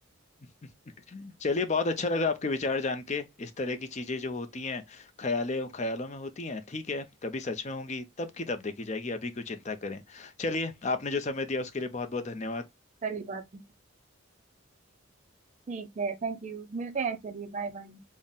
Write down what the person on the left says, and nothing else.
<laughs> चलिए बहुत अच्छा लगा आपके विचार जान के इस तरह की चीजें जो होती हैं ख्याले ख्यालों में होती हैं ठीक है कभी सच में होंगी तब की तब देखी जाएगी अभी क्यों चिंता करें चलिए आपने जो समय दिया उसके लिए बहुत बहुत धन्यवाद